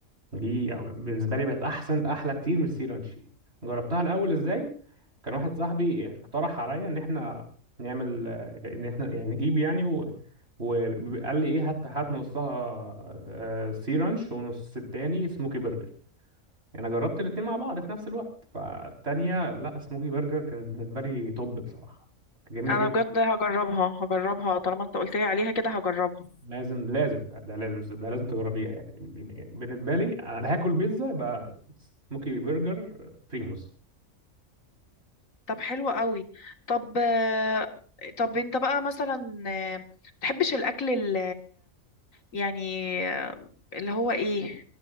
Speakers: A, on the right; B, on the left.
A: لا. دي بالنسبه لي بقت احسن احلى كتير من سي رانش جربتها الاول ازاي كان واحد صاحبي اقترح عليا ان احنا نعمل آه، ان احنا يعني نجيب يعني و... وقال لي ايه هات هات نصها آه، سي رانش ونص التاني سموكي برجر يعني انا جربت الاتنين مع بعض في نفس الوقت فالتانية لا سموكي برجر كانت بالنسبة لي توب بصراحة كانت جميلة
B: انا
A: جدا
B: بجد هجربها هجربها طالما انت قلت لي عليها كده هجربها
A: لازم لازم ده, ده لازم ده لازم تجربيها يعني بالنسبة لي انا لا هاكل بيتزا يبقى سموكي برجر بريموس
B: طب حلو قوي طب آه، طب انت بقى مثلا آه، تحبش الاكل يعني اللي هو ايه